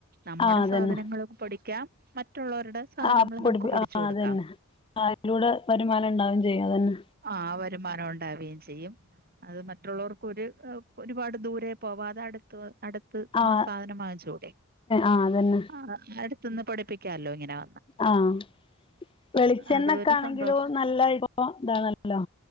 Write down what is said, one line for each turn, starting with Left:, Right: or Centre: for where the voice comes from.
Right: നമ്മുടെ
Left: ആഹ് അതന്നെ
Right: സാധനങ്ങളും പൊടിക്കാം മറ്റുള്ളവരുടെ സാധനങ്ങളും
Left: ആഹ് പൊടിപ്പിച്ച
Right: നമുക്ക് പൊടിച്ചു
Left: ആഹ്
Right: കൊടുക്കാം
Left: അതന്നെ അതിലൂടെ വരുമാനണ്ടാവുംചെയ്യും അതന്നെ.
Right: ആഹ് വരുമാനം ഉണ്ടാവുകയും ചെയ്യും അത് മറ്റുള്ളവർക്കൊര് ഏഹ് ഒരുപാട് ദൂരെ പോവാതെ അട് ത്ത് അട്ത്ത് ന്ന്
Left: ആഹ്
Right: സാധനം വാങ്ങിചൂടെ
Left: ആഹ് അതന്നെ
Right: ആഹ് അട് ത്ത്ന്ന് പൊടിപ്പിക്കാലോ ഇങ്ങനാ
Left: ആഹ് വെളിച്ചെണ്ണക്കാണെങ്കിലോ
Right: അത് ഒരു സന്തോഷം
Left: നല്ലഇപ്പൊ ഇപ്പൊ ഇതാണല്ലോ